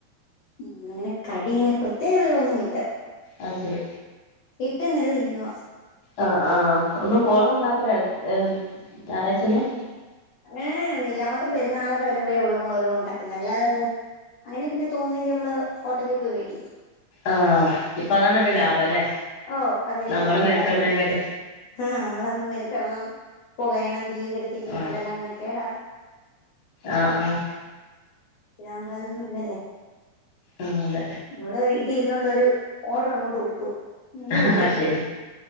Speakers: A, on the left; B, on the left.
A: ഉം അങ്ങനെ കടയിങ്ങനെ പ്രത്യേകതകളൊന്നും ഇല്ല
B: ആ ശരി
A: കിട്ടുന്നത് തിന്നുവ
B: ആഹ് ആഹ് ഒന്നും കോളൊന്നും ഉണ്ടാക്കൂലോ ഇടക്ക് ഞാറാഴ്ച ഒന്നും
A: അങ്ങനെ ഒന്നില്ല നമുക്ക് പെരുന്നാളൊക്കെ വരുമ്പഴേ ഒള്ളൂ വല്യതുണ്ടക്കാ ക്ക് നല്ലതെന്ന് അങ്ങനെ പിന്നെ തോന്നുങ്കിൽ നമ്മള് ഹോട്ടലി പോയി മേടിക്കും
B: ആഹ് ഇപ്പൊ അതാണല്ലോ ലാഭം അല്ലേ
A: ഓ പ്പതല്ലീ
B: നമ്മള്
A: ലാഭം എല്ലാർക്കും
B: മെനക്കെടണേകാട്ടി
A: ആ നമ്മള ങ്ങനെ മെനക്കെടണം പൊകയണം തിയും കെട്ത്തിക്കണം
B: ആഹ്
A: എന്തെല്ലാം മെനക്കേടാ
B: ആഹ് ആഹ്
A: രാം ബാദൂഇന്നല്ലേ
B: ആ അതെ
A: മ്മള് വീട്ടിലിരുന്നു കൊണ്ട് ഓർഡർ അങ്ങ് കൊടുക്കും ഇന്നെ
B: അതെ
A: വീട്ടി കൊണ്ട്
B: ശരി